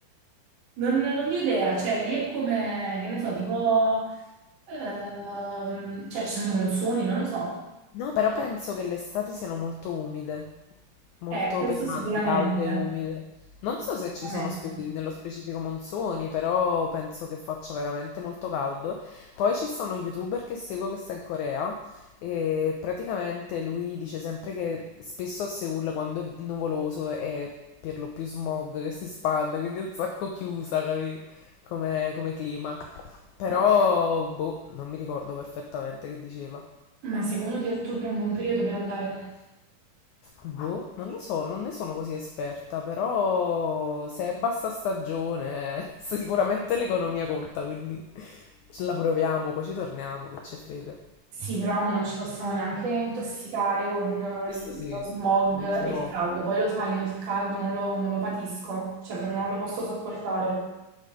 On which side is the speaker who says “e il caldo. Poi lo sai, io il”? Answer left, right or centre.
Right